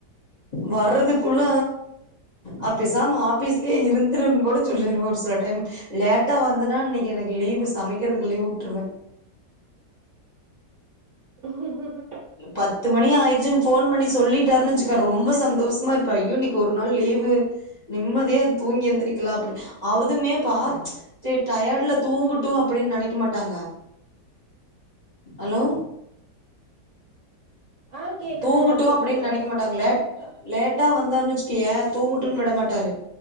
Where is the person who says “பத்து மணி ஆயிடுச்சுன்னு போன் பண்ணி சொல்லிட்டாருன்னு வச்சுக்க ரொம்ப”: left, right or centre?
Left